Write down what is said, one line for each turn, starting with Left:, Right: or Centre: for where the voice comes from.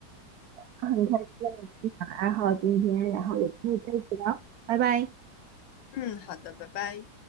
Right: 很开心跟你分享爱好今天，然后也可以再一起聊，拜拜。
Left: 嗯，好的，拜拜。